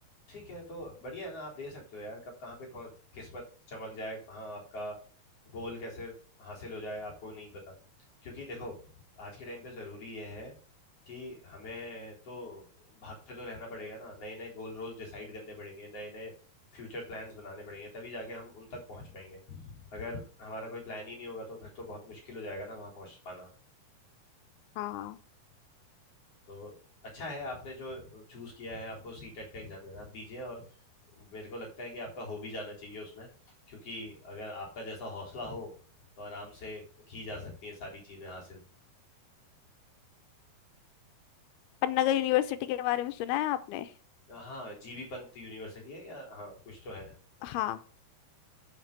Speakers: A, on the left; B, on the left.
A: ठीक है तो बढ़िया है ना आप दे सकते हो यार कब कहाँ पे कौन- किस्मत चमक जाए कहाँ आपका गोल कैसे हासिल हो जाए आपको नहीं पता क्योंकि देखो आज के टाइम पे जरूरी यह है कि हमें तो भागते तो रहना पड़ेगा ना नए नए गोल रोज डिसाइड करने पड़ेंगे नए नए फ्यूचर प्लान्स बनाने पड़ेंगे तभी जाके हम उन तक पहुंच पाएंगे अगर हमारा कोई प्लान ही नहीं होगा तो फिर तो बहुत मुश्किल हो जाएगा ना वहां पहुंच पाना
B: हाँ
A: तो अच्छा है आपने जो चूज किया है आपको सीटेट का एग्जाम देना है, आप दीजिए और मेरे को लगता है कि आपका हो भी जाना चाहिए उसमें क्योंकि अगर आपका जैसा हौसला हो तो आराम से की जा सकती हैं सारी चीजें हासिल
B: पन्नागर यूनिवर्सिटी के बारे में सुना है आपने
A: हाँ जीबी पंत यूनिवर्सिटी है या हाँ कुछ तो है
B: हाँ